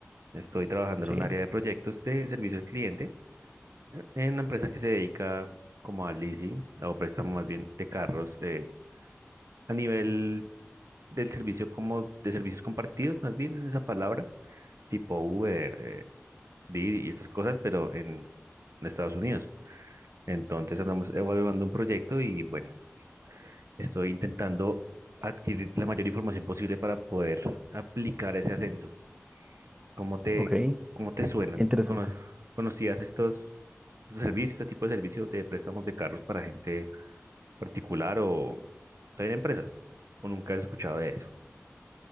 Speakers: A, on the right; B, on the right.
A: Estoy trabajando
B: Sí,
A: en un área de proyectos de servicio al cliente, eh, en una empresa que se dedica como al leasing o préstamo más bien de carros eh, a nivel del servicio como de servicios compartidos, más bien en esa palabra, tipo Uber, eh, Didi y estas cosas, pero en, en Estados Unidos. Entonces andamos evaluando un proyecto y bueno, estoy intentando adquirir la mayor información posible para poder aplicar ese ascenso. ¿Cómo te,
B: ok, qué
A: cómo te suena?
B: interesante.
A: ¿Cono- ¿Conocías estos, estos servicios, este tipo de servicios de préstamos de carros para gente particular o también empresas? ¿O nunca has escuchado de eso?